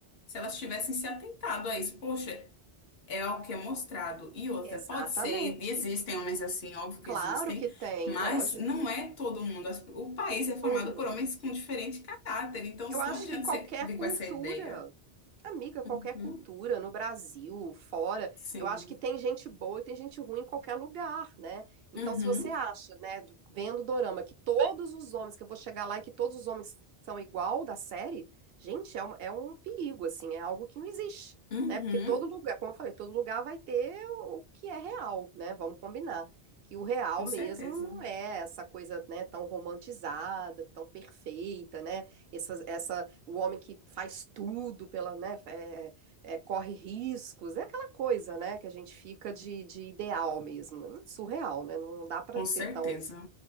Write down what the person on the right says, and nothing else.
Exatamente.
Claro
que tem,
lógico.
Não.
Eu acho
que qualquer
cultura,
amiga, qualquer
cultura, no Brasil, fora,
eu acho que tem gente boa e tem gente ruim em qualquer lugar, né? Então,
se você acha, né, do- vendo o dorama, que todos os homens, que eu vou chegar lá e que todos os homens são igual da série, gente, é um, é um perigo, assim, é algo que não existe,
né? Porque todo lugar, como eu falei, todo lugar vai ter o que é real, né? Vamos combinar. Que o real
mesmo não é essa coisa, né, tão romantizada, tão perfeita, né? Essa, essa, o homem que faz tudo pela, né, é- é, é, corre riscos, é aquela coisa, né, que a gente fica de, de ideal mesmo. É Surreal, né? Não dá pra
ser
tão,